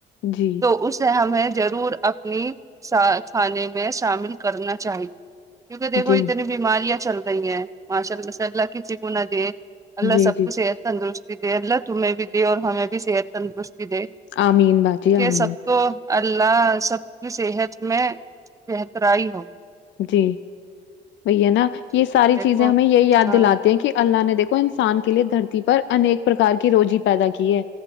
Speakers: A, on the left (about 70°); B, on the right (about 15°).
A: جی
B: تو اسے ہمیں ضرور اپنی سا کھانے میں شامل کرنا چاہیے کیونکہ دیکھو
A: جی
B: اتنی بیماریاں چل رہی ہیں ماشاء اللہ سے اللہ کسی کو نہ دیں اللہ
A: جی
B: سب
A: جی
B: کو صحت تندرست دے اللہ تمیں بھی دے اور ہمیں بھی صحت تندرستی دے
A: آمین باجی
B: کہ
A: آمین
B: سب کو اللہ سب کی صحت میں بہترائی ہو
A: جی وہی ہے نا
B: دیکھو
A: یہ ساری چیزیں ہمیں یہی یاد
B: ہاں
A: دلاتے ہیں کہ اللہ نے دیکھو کو انسان کے لیے دھرتی پر انیک پرکار کی روزی پیدا کی ہے